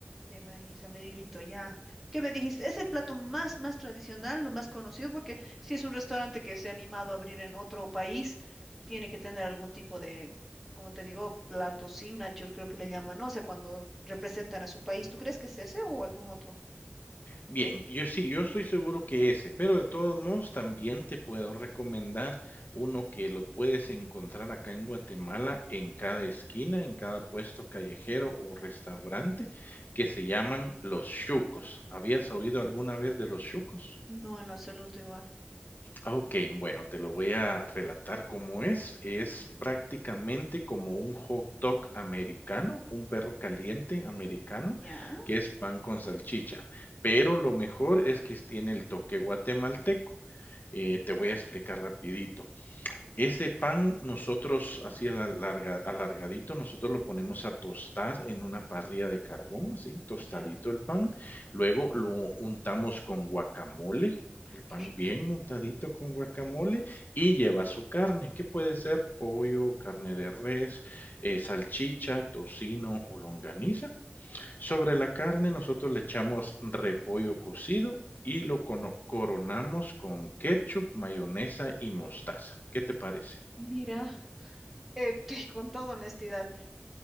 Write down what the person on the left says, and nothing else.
Bien, yo sí, yo estoy seguro que ese, pero de todos modos también te puedo recomendar uno que lo puedes encontrar acá en Guatemala, en cada esquina, en cada puesto callejero o restaurante, que se llaman los chucos. ¿Habías oído alguna vez de los chucos?
Ok, bueno, te lo voy a relatar cómo es. Es prácticamente como un hot dog americano, un perro caliente americano,
que es pan con salchicha. Pero lo mejor es que tiene el toque guatemalteco. Eh, te voy a explicar rapidito. Ese pan nosotros así ala larga alargadito, nosotros lo ponemos a tostar en una parrilla de carbón, así tostadito
el pan. Luego lo untamos con guacamole,
el pan
bien untadito con guacamole y lleva su carne, que puede ser pollo, carne de res, eh, salchicha, tocino o longaniza. Sobre la carne nosotros le echamos repollo cocido y lo cono coronamos con ketchup, mayonesa y mostaza. ¿Qué te parece?